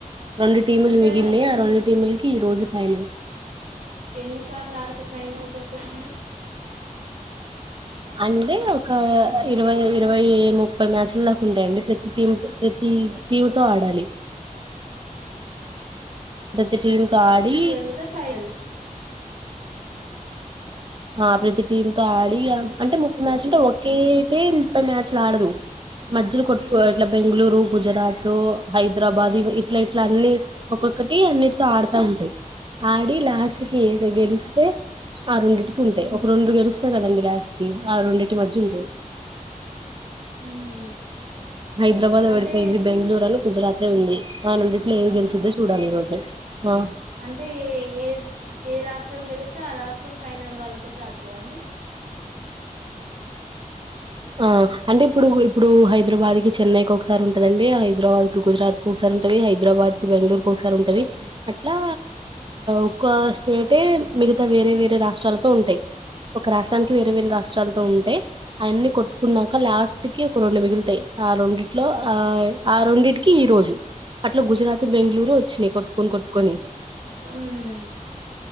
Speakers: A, on the right; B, on the right.
A: రెండు టీములు
B: అంటే
A: మిగిలినాయ్
B: ఎన్ని
A: ఆ రెండు టీములకి ఈ రోజు ఐదు
B: ఎన్ని సార్లు ఆడుతే ఫైనల్ వస్తది
A: అంటే ఒక ఇరవై ఇరవై ముప్పై మ్యాచ్ల దాక ఉంటాయండి ప్రతి టీమ్ ప్రతి టీమ్ తో ఆడాలి ప్రతి టీమ్ తో ఆడి
B: చిలు గెలిస్తే టైయరు
A: ఆ ప్రతి టీమ్ తో ఆడి ఇగ అంటే ముప్పై మ్యాచ్లు ఒకే అయితే ముప్పై మ్యాచ్లు ఆడదు మధ్యలో కొట్టుకోవ
B: ఉమ్
A: ఇట్లా బెంగళూరు గుజరాత్ తు హైదరాబాద్ ఇట్లిట్ల అన్ని ఒక్కొక్కటి అన్నిటితో ఆడతాంటాయ్ ఆడి లాస్ట్ కి గెలిస్తే అవి ఉంటాయి
B: ఉమ్
A: ఒక రెండు గెలిస్ తే కదండి లాస్ట్ కి ఆ రెండింటి మధ్య ఉంటాయి
B: ఉమ్
A: హైదరాబాద్
B: అంటే
A: విడిపోయింది బెంగళూరు అని గుజరాత్ అయి ఉంది ఆ నుండిట్లో ఏమి గెలిసిద్దో చూడాలి ఈ రోజు ఆ
B: అంటే ఏ ఏ రాష్ట్రం గెలిస్తే ఆ రాష్ట్రం ఫైనల్ వాళ్ళతో ఆడుతుందా అండి
A: ఆ అంటే ఇప్పుడు ఇప్పుడు హైదరాబాద్ి చెన్నైకి ఒకసారి ఉంటదండి హైదరాబాద్ కి గుజరాత్ కి ఒకసారి ఉంటంది హైదరాబాద్ క బెంగళూరు క ఒకసారి ఉంటది అట్లా ఒక్క స్ట అే మిగతా వేరే వేరే రాష్ట్రాలతో ఉంటాయి ఒక రాష్ట్రానికి వేరే వేరే రాష్ట్రాలతో ఉంటే అయన్నిీ కొ కొట్కున్నాక లాస్ట్ కి ఒక రెండు మి ాయి ఆ రెండిట్లో ఆ ఆ రెండింటికి ఈ రోజు అట్లా గుజరాత్ బెంగళూరు వచ్చినాయి కొట్టుకొని కొట్టుకొని
B: ఉమ్